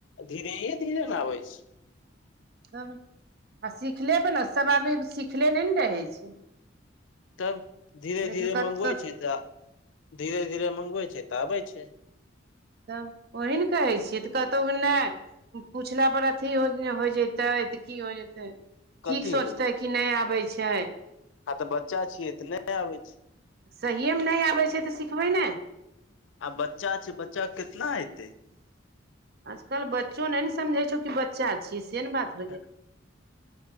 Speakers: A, on the left; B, on the right.
A: धीरे धीरे न आबै छै
B: तब आ सिखले पर ने सभ आदमी सिखले नहि ने रहै छै
A: तब धीरे
B: लेकिन
A: धीरे
B: कत
A: मँगबैत छै तऽ धीरे धीरे मँगबैत छै तऽ आबै छै
B: तब ओही ने कहै छियै तऽ कतहु नै पुछला पर अथी हो होइ जतै तऽ की हो जतै
A: कथी
B: की सोचतै
A: होइ छै
B: कि नहि आबै छै
A: आ तऽ बच्चा छियै तऽ नहि आबैत छै
B: सहिएमे नहि आबै छै तऽ सिखबै ने
A: आ बच्चा छै बच्चा के केितना एतै
B: आजकल बच्चो नहि ने समझे छौ कि बच्चा छियै से ने बात
A: ह